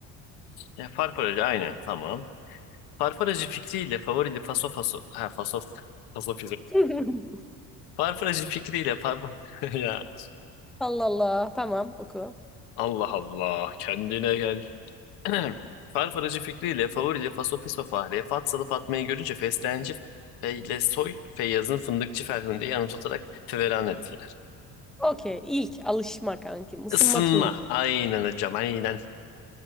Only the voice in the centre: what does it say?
<laughs>
Allah Allah. Tamam oku.
Okey. İlk alışma kankim. Isınma
turlu.